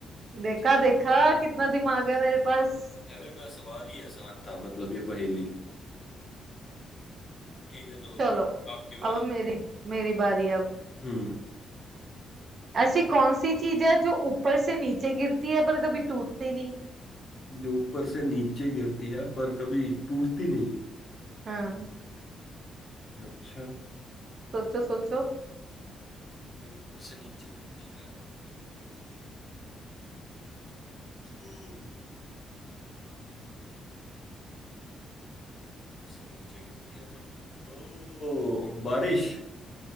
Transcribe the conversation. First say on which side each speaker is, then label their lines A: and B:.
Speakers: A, on the right (about 50°); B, on the left (about 35°).
A: देखा
B: सही
A: देखा
B: जवाब
A: कितना दिमाग है मेरे पास
B: अरे मैं सवाल ही आसान था मतलब ये पहेली ठीक है चलो
A: चलो
B: आपकी बारी
A: अब मेरी मेरी बारी अब
B: हम्म
A: ऐसी कौन सी चीज है जो ऊपर से नीचे गिरती है पर कभी टूटती नहीं
B: जो ऊपर से नीचे गिरती है पर कभी टूटती नहीं
A: हाँ
B: अच्छा
A: सोचो सोचो
B: जो ऊपर से नीचे गिरती है पर कभी टूटती नहीं हम्म ऊपर से नीचे गिरती है पर ओ ओ बारिश